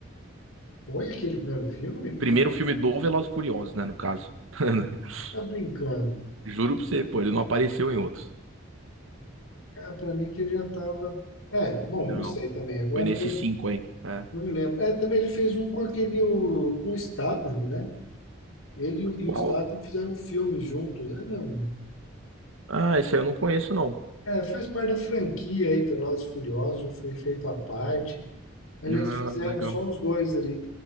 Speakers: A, on the left; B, on the right.
A: Foi aquele primeiro filme?
B: Primeiro
A: Não,
B: filme do Velozes e Furiosos, né, no caso. <laughs>
A: tá brincando.
B: Juro pra você, pô, ele não apareceu em outros.
A: Cara, pra mim que ele já tava. É, bom,
B: Não.
A: não sei também. Agora
B: Foi nesses
A: eu não,
B: cinco aí. É.
A: não me lembro. É, também ele fez um com aquele. o- com o Statham, né? Ele e o e
B: Qual?
A: o Statham fizeram um filme juntos. É, não.
B: Ah, esse aí eu não conheço, não.
A: É, faz parte da franquia aí, Velozes e Furiosos, foi feito à parte. Mas eles
B: Ah,
A: fizeram
B: legal.
A: só os dois ali.